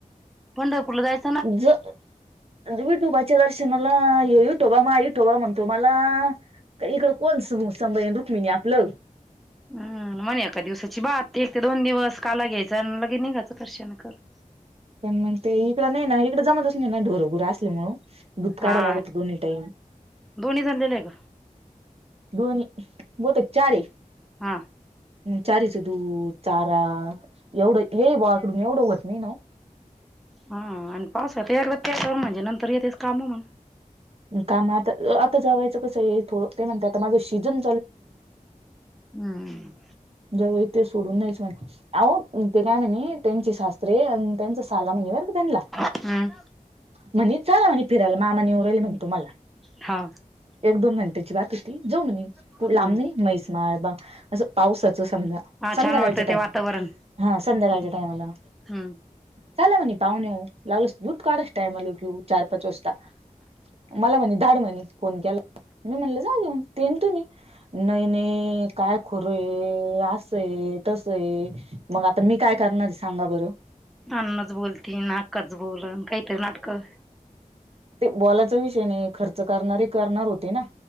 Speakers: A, in the centre; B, on the right.
A: पंढरपूरला जायचं आहे हम्म....
B: ज.... विठोबाच्या दर्शनाला माय विठोबा म्हणतो मला... इकडं कोण समय रुक्मिणी आपल...
A: हम्म म्हणे एका दिवसाची बात एक ते दोन दिवस काला घ्यायचा आणि निघायचं दर्शन करून...
B: पण मग ते इकडे नाही ना इकडं जमतच नाही ना ढोर घुरं असल्यामूळ दूध काढावं
A: हा
B: लागत दोन टाइम...
A: दोन्ही धांधे नाही का?
B: दोनही बहुतेक चार आहे.....
A: हा....
B: चारीचं दूध चारा एवढं येई बाकडून एवढंघत मी नाव....
A: हा आन पावसात.... नंतर येतेच काम म्हण
B: कानात आता जावयाच कस आहे म्हणे ते म्हणतात थोड माझ शिक्षण.....
A: हम्म
B: <unintelligible> जव इ ते सोडून द्यायचं म्हणं. अओ ते काय म्हणी त्यांची शास्त्रे आणि त्यांच साला म्हणे बरं का त्यानला
A: हम्म.
B: म्हणे चला म्हणे फिरायला, मामा नेऊ राहिले म्हणे तुम्हाला.
A: हा
B: एक दोन घंट्याची बात होती. जाऊ म्हणी.
A: हम्म
B: कुठ लाम नाही, म्हैसमाळ, बा असं पावसाच समजा.
A: हा
B: संध्याकाळच्या
A: छान वाटतं
B: टायम,
A: ते वातावरण
B: हा संध्याकाळच्या टायमाला.
A: हम्म.
B: चला म्हणी पावणेहो. लागलस दूध काढायचा टायमाला येऊ की ऊ, चार पाच वाजता. मला म्हणे, धाड म्हणे फोन केला. म म्हणलं जा घेऊन, तेन तुम्ही. नाही नाही, काय खरंय असय, तसय मग आता मी काय करणार सांगा बरं?
A: अन्नाच बोलती, ना आक्काच बोलण, काहीतरी नाटकं.
B: ते बोलायचा विषय नाही, खर्च करणारी करणार होते ना.